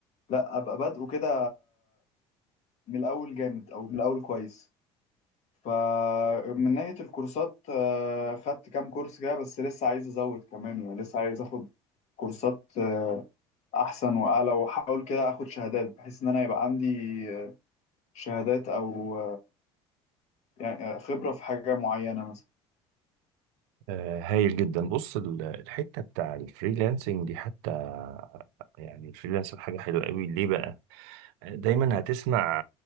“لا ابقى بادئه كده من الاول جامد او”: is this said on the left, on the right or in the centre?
Left